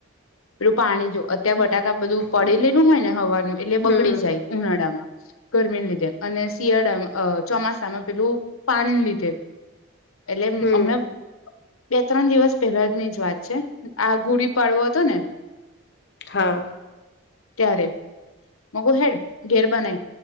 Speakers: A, on the left; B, on the left.
A: પેલું પાણી જો ત્યાં બટા બધું
B: હમ
A: પડી રહેલુ હોય ને સવારનું એટલે બગડી
B: હમ
A: જાય ઉનાળામાં ગરમીને લીધે અને શિયાળામાં અ ચોમાસામાં પેલું પાણીને લીધે એટલે અમ
B: હમ
A: અમે બે ત્રણ દિવસ પહેલાની જ વાત છે આ ગુડી પાડવો હતો ને
B: હા
A: ત્યારે મેં કુ હેડ ઘેર બનાવી